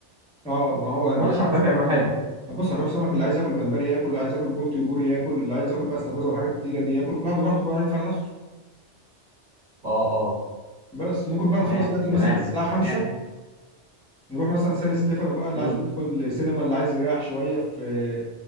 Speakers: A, in the centre; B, on the right (about 45°).
A: اه ما هو هنروح
B: ولا شعبان
A: بقى السمك
B: بيعملوه
A: ال...
B: حلو
A: بص هنروح سمك اللي عايز ياكل جمبري ياكل اللي عايز ياكل بولتي وبوري ياكل اللي عايز ياكل بقى استاكوزا والحاجات التقيله دي ياكل كل واحد وبراحته كل واحد يدفع لنفسه
B: أه أه
A: بس ممكن بقى
B: تمام
A: نخلص الاكل
B: تمام
A: مثلا الساعه 5
B: جامد
A: نروح مثلا سان ستيفانو بقى اللي
B: امم
A: عايز يدخل سينما اللي عايز يريح شويه في